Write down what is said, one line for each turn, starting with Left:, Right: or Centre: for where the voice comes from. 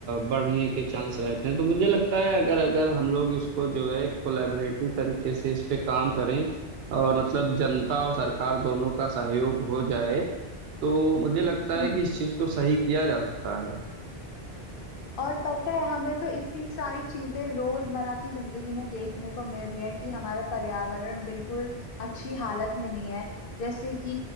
Right: बढ़ने के चांस रहते हैं तो मुझे लगता है अगर अगर हम लोग इसको जो है कोलैबोरेटिव तरीके से इस पे काम करें और मतलब जनता और सरकार दोनों का सहयोग हो जाए तो मुझे लगता
Left: हम्म
Right: है कि इस चीज को सही किया जा सकता है
Left: और पता है हमें तो इतनी सारी चीजें रोजमर्रा की जिंदगी में देखने को मिल रही है कि हमारा पर्यावरण बिल्कुल अच्छी हालत में नहीं है जैसे कि